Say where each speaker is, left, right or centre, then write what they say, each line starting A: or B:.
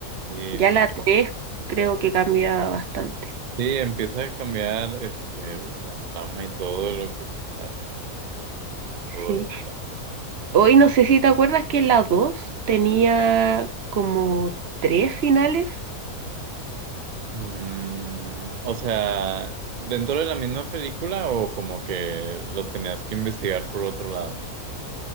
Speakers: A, on the right (about 75°); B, on the right (about 55°).
A: Sí,
B: Ya
A: sí,
B: la 3 creo que cambia bastante.
A: Sí, empieza a cambiar este, la trama y todo de lo que se trata y, y todo
B: Sí.
A: eso.
B: Hoy no sé si te acuerdas que la 2 tenía como tres finales.
A: Mm, o sea, ¿dentro de la misma película o como que los tenías que investigar por otro lado?